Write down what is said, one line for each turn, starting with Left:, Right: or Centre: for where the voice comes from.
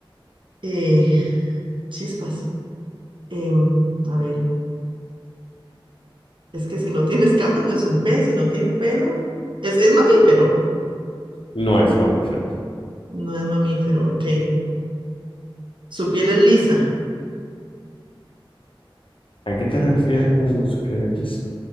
Right: Eh, chispas. Em, a ver, es que si no tiene escamas no es un pez, si no tiene pelo, es, es mamífero.
Left: No es mamífero.
Right: No es mamífero, ok. Su piel es lisa.
Left: ¿A qué te refieres con sus pies lisos?